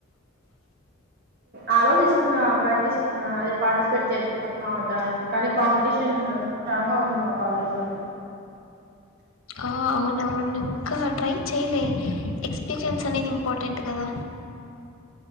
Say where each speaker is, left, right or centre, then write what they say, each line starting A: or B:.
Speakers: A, on the right; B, on the left.
A: ఆ అల్లో చేస్తున్న ప్రాక్టీస్ అదే పార్టిసిపేట్ చేద్దాం కానీ కాంపిటీషన్ స్ట్రాంగ్ గా ఉంది మా కాలేజ్ లో
B: ఆ అవున అవును ఇంకా ట్రై చెయలే ఎక్స్పీరియన్స్ అనేది ఇంపార్టెంట్ కదా